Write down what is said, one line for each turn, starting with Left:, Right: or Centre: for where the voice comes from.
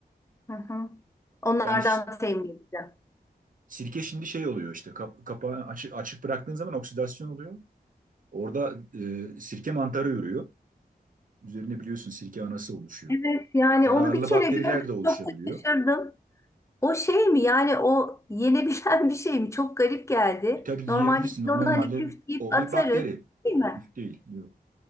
Left: Hı hı. Onlardan
Right: Yani
Left: temin edeceğim.
Right: sirke şimdi şey oluyor işte kap- kapağı açık, açık bıraktığın zaman oksidasyon oluyor. Orada e, sirke mantarı ürüyor. Üzerine biliyorsun sirke anası oluşuyor.
Left: Evet yani
Right: Zararlı
Left: onu bir kere
Right: bakteriler
Left: gördüm
Right: de oluşabiliyor.
Left: çok da şaşırdım. O şey mi yani o yenebilen bir şey mi? Çok garip geldi.
Right: E tabii
Left: Normalde
Right: yiyebilirsin.
Left: biz
Right: O
Left: onu
Right: normalde
Left: hani küf deyip
Right: o
Left: atarız
Right: bir bakteri.
Left: değil mi?
Right: Küf değil. Yok.